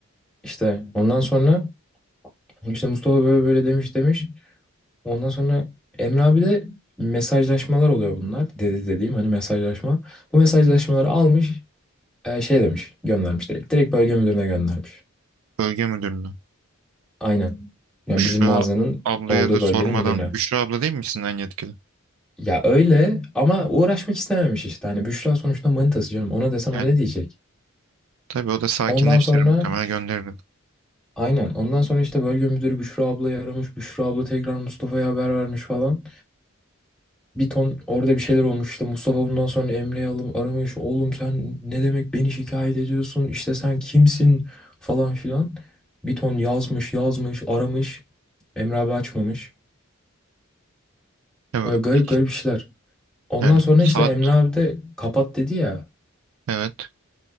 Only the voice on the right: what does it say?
Bölge müdürünü.
Büşra
ablaya
da sormadan.
Büşra abla değil misin en yetkili?
Yani
tabii o da sakinleştirir
muhtemelen gönderir.
Ya,
bu-
yani
saat
evet